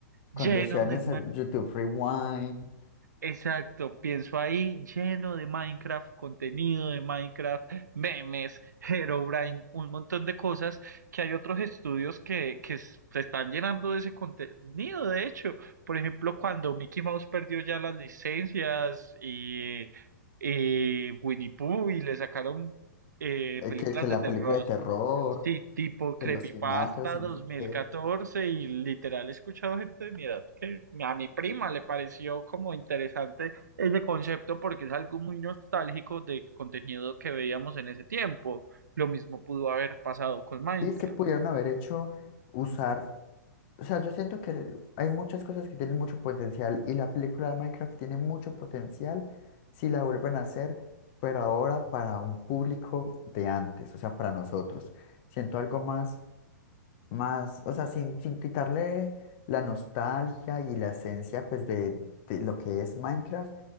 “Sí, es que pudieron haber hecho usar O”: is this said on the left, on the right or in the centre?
Left